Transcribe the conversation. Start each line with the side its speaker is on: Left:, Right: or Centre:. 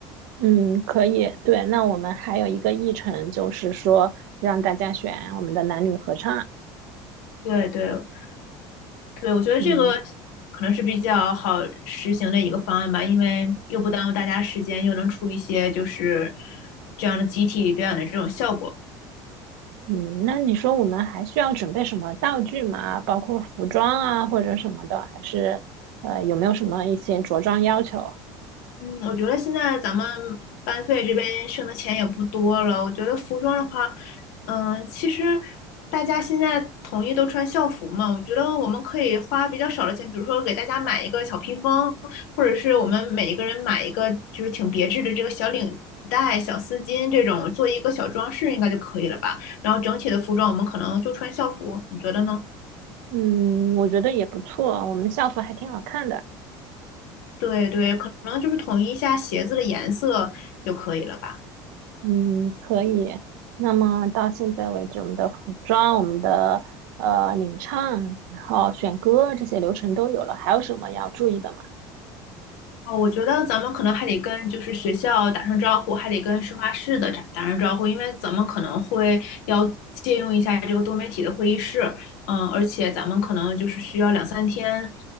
Right: 嗯，可以。对，那我们还有一个议程，就是说让大家选我们的男女合唱。
Left: 对对对，我觉得这个
Right: 嗯。
Left: 可能是比较好实行的一个方案吧，因为又不耽误大家时间，又能出一些就是这样的集体表演的这种效果。
Right: 嗯，那你说我们还需要准备什么道具吗？包括服装啊或者什么的，还是呃有没有什么一些着装要求？
Left: 嗯我觉得现在咱们班费这边剩的钱也不多了。我觉得服装的话，嗯，其实大家现在统一都穿校服嘛，我觉得我们可以花比较少的钱，比如说给大家买一个小披风，或者是我们每一个人买一个就是挺别致的这个小领带、小丝巾这种，做一个小装饰应该就可以了吧。然后整体的服装我们可能就穿校服，你觉得呢？
Right: 嗯，我觉得也不错，我们校服还挺好看的。
Left: 对对，可能就是统一一下鞋子的颜色就可以了吧。
Right: 嗯，可以。那么到现在为止，我们的服装、我们的呃领唱，然后选歌这些流程都有了，还有什么要注意的吗？
Left: 哦，我觉得咱们可能还得跟就是学校打声招呼，还得跟事发室的打打声招呼，因为咱们可能会要借用一下这个多媒体的会议室，嗯，而且咱们可能就是需要两三天，